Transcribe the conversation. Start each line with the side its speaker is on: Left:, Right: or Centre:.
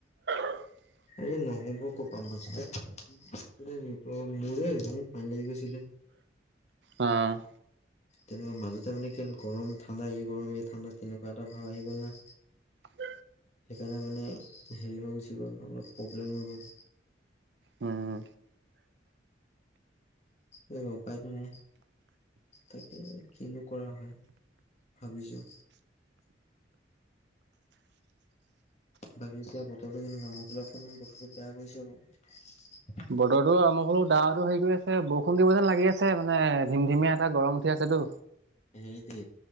Right: <inaudible>
Left: এই নহ'ব কপা মছিল তো মোৰে এজনক পানী লাগি গৈছিলে।
Right: অ'।
Left: তেনেকুৱা মাজতে মানে কিল গৰম ঠাণ্ডা এই গৰম এই ঠাণ্ডা তেনেকুৱা এটা ভাৱ আহি গ'ল না
Right: উম
Left: সেইকাৰণে মানে হেৰি হৈ গুচি গ'ল অলপ প্ৰব্লেম হৈ গ'ল
Right: উম।
Left: এই বপাৰ ন তাকে কিনো কৰা হয় ভাবিছো বাকী এতিয়া বতৰটো কেমাৰ ফে অকণমান বতৰটো বেয়া কৰিছে বাৰু
Right: বতৰো আমাৰ ফলো দাটো হেৰি কৰি আছে, বৰষুণ দিব যেন লাগি আ আছে মানে ধিম ধিমীয়া এটা গৰম উঠি আছেতো
Left: সেইটো